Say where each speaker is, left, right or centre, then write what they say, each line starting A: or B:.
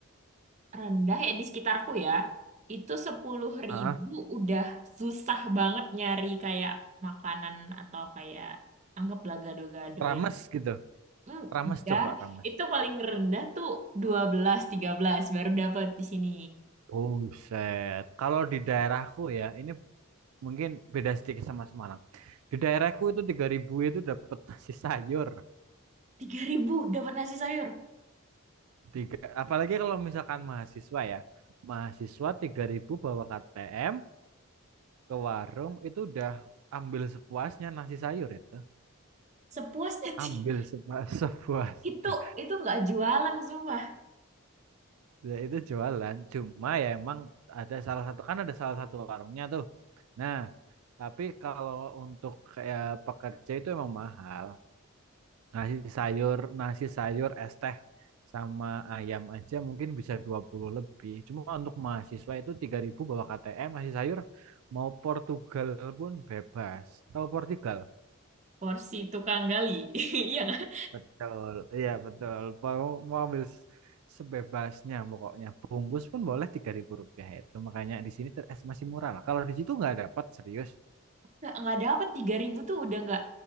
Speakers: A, on the right (about 30°); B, on the right (about 80°).
A: rendah ya di sekitarku ya. Itu sepuluh
B: Ah,
A: ribu udah susah banget nyari kayak makanan atau kayak anggaplah gado-gado
B: rames
A: yang
B: gitu.
A: hmm,
B: Rames
A: dar
B: coba rames.
A: itu paling rendah tuh dua belas tiga belas baru dapat di sini.
B: Buset. Kalau di daerahku ya, ini mungkin beda sedikit sama Semarang. Di daerahku itu 3.000 itu dapat nasi sayur.
A: tiga ribu dapat nasi sayur.
B: Tiga, apalagi kalau misalkan mahasiswa ya. Mahasiswa 3000 bawa KTM ke warung itu udah ambil sepuasnya nasi sayur itu.
A: Sepuasnya tiga-
B: Ambil sepuas <laughs> sepuasnya.
A: itu itu nggak jualan sumpah.
B: Ya, itu jualan. Cuma ya emang ada salah satu kan ada salah satu warungnya tuh. Nah, tapi kalau untuk kayak pekerja itu emang mahal. Nasi sayur, nasi sayur, es teh sama ayam aja mungkin bisa 20 lebih. Cuma untuk mahasiswa itu 3000 bawa KTM, nasi sayur mau Portugal pun bebas. Tahu Portugal?
A: Porsi tukang gali. <laughs> Iya nggak?
B: Betul. Iya, betul. Mau, mau ambil s- sebebasnya pokoknya. Bungkus pun boleh 3000 rupiah itu. Makanya di sini ter- es masih murah lah. Kalau di situ nggak dapat serius.
A: Nggak nggak dapet 3000 tuh udah nggak